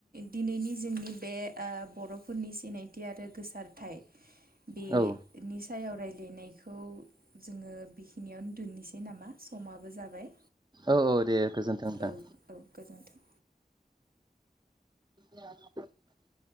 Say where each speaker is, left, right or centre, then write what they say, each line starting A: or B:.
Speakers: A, on the right; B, on the right.
A: दिनैनि जोंनि बे ओ बर'फोरनि सिनायथि आरो गोसारथाय। बे
B: औ
A: निस थाय आरायलायनायखौ। जोङो बेखिनियावनो दोननिसै नामा? समाबो जाबाय,
B: औ औ दे गोजोन्थों नोंथां
A: औ- औ गोजोन्थों।
B: <unintelligible>